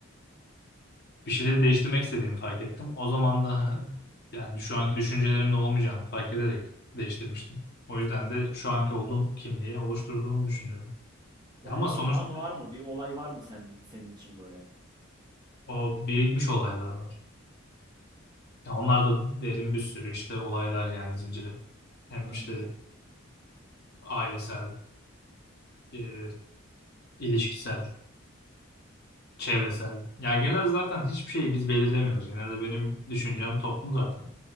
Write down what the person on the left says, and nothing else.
bir şeyleri değiştirmek istediğimi fark ettim. O zaman da <laughs> yani şu anki düşüncelerimde olmayacağını fark ederek değiştirmiştim. O yüzden de şu anki olduğum kimliği oluşturduğumu düşünüyorum.
Ya Ama sonuçta
O birikmiş olaylar var. Ya onlar da derin bir sürü işte olaylar yani zinciri. Hem
işte ailesel, e, ilişkisel, çevresel. Ya genelde zaten hiçbir şeyi biz belirlemiyoruz. Genelde benim düşüncem toplum zaten.